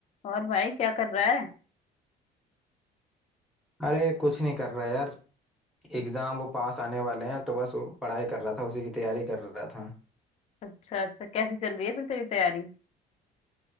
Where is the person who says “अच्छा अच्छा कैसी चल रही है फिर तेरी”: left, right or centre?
Left